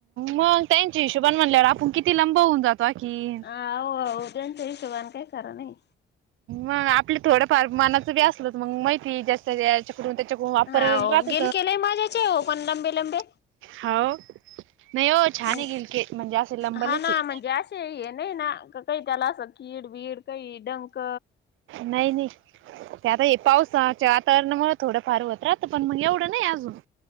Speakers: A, on the right; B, on the left.
A: मग त्यांच्या हिशोबान म्हणल्यावर आपण किती लंब होऊन जातो. <unintelligible>
B: आहो त्यांच हिशोबाने काही खरं नाही
A: मग आपले थोडंफार मनाचं बी असलच, मग माहिती जास् ह्याच्याकडू-त्याच्याकडून वापरलेलं
B: हाव गेल केलंय माझ्याचे हो पण
A: <inaudible>
B: लंबे लंबे
A: हाव, नाही ओ छान
B: म्हण
A: ये गिलके, म्हणजे असे लंबलेचे.
B: हा ना म्हणजे असे हे नाही ना, कसं ही त्याला अस, कीड-बीड काही डंक
A: नाही-नाही. ते आता हे पावसाच्या वातावरणामुळ, थोडं फार होत राहात पण मग एवढं नाही अजून.